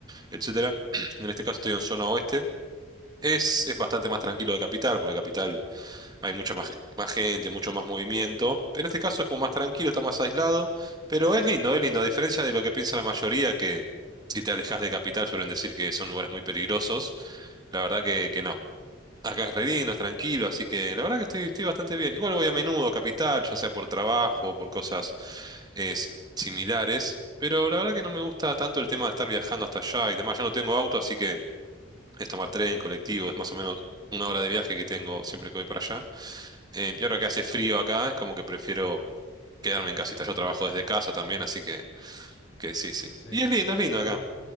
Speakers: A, on the right; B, on the left.
A: etcétera. <clears throat> En este caso estoy en zona oeste. Es, es bastante más tranquilo de capital, porque capital hay mucha más, gen- más gente, mucho más movimiento. en este caso es como más tranquilo, está más aislado, pero es lindo, es lindo, a diferencia de lo que piensa la mayoría, que si te alejas de capital suelen decir que son lugares muy peligrosos. La verdad que, que no. Acá es re lindo, es tranquilo, así que la verdad que estoy, estoy bastante bien. Igual voy a menudo a Capital, ya sea por trabajo o por cosas eh, si- similares, pero la verdad que no me gusta tanto el tema de estar viajando hasta allá y demás. Ya no tengo auto, así que es tomar tren, colectivo, es más o menos una hora de viaje que tengo siempre que voy para allá. Eh, y ahora que hace frío acá, es como que prefiero quedarme en
B: claro,
A: casita. Yo trabajo desde casa también, así que, que sí, sí.
B: sí.
A: Y es lindo, es lindo
B: Eh,
A: acá.